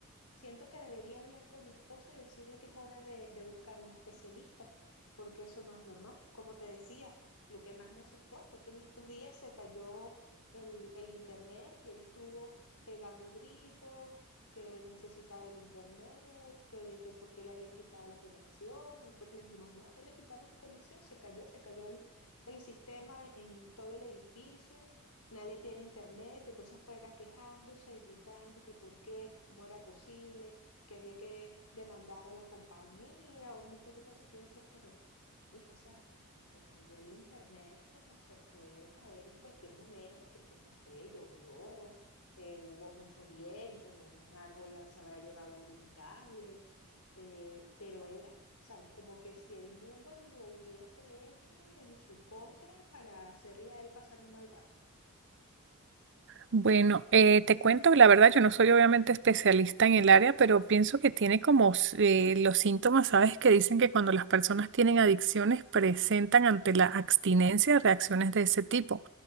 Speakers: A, on the left; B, on the right.
A: siento que debería hablar con mi esposo y decirle que es hora de, de buscar un especialista, porque eso no es normal. Como te decía, lo que más me asustó fue que en estos días se cayó el, el internet y él estuvo pegando gritos, que él necesitaba el internet, que, que porque le habían quitado la conexión. Y nosotros le dijimos, no, no le quitamos la conexión, se cayó, se cayó el, el sistema en todo el edificio. Nadie tiene internet, entonces fuera quejándose y gritando que por qué, que cómo era posible, que había que demandar a la compañía, un montón de cosas. Tú decías, pero hijo, o sea, se cayó el internet como se puede caer en cualquier momento, porque no sé, llovió, eh, hubo mucho viento, un árbol se habrá llevado algún cable, eh, pero era... ¿Sabes? Como que si el mundo lo hubiese hecho en su contra para hacerle a él pasar un mal rato.
B: Bueno, eh, te cuento, la verdad, yo no soy obviamente especialista en el área, pero pienso que tiene como s- eh, los síntomas, ¿sabes? Que dicen que cuando las personas tienen adicciones presentan ante la abstinencia reacciones de ese tipo.